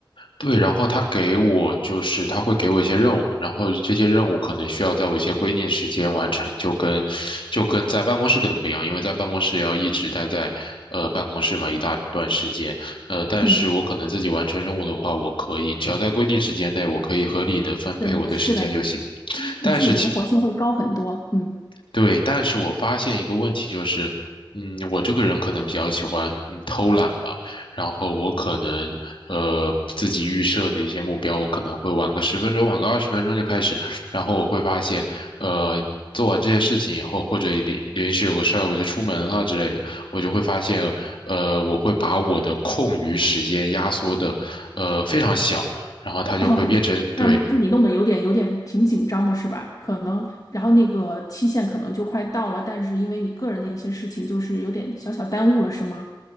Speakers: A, on the left; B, on the left.
A: 对，然后他给我就是他会给我一些任务，然后这些任务可能需要在我一些规定时间完成，就跟就跟在办公室可能不一样，因为在办公室要一直待在呃办公室嘛一大段时间，呃，但是我可能自己完成任务的话，
B: 嗯，
A: 我可以只要在规定时间内，我可以合理的分配我的时间就行。
B: 对，是的，你你自己灵活性会高很多。
A: 但是其
B: 嗯。
A: 对，但是我发现一个问题就是，嗯，我这个人可能比较喜欢嗯偷懒吧，然后我可能呃自己预设的一些目标，我可能会晚个十分钟，晚个二十分钟就开始，然后我会发现，呃，做完这些事情以后，或者临临时有个事儿我就出门了之类的，我就会发现，呃，我会把我的空余时间压缩的呃非常小。然后它就会变成，
B: <laughs> 哦，
A: 对，
B: 这样自己弄得有点有点挺紧张的是吧？可能，然后那个期限可能就快到了，但是因为你个人的一些事情，就是有点小小耽误了，是吗？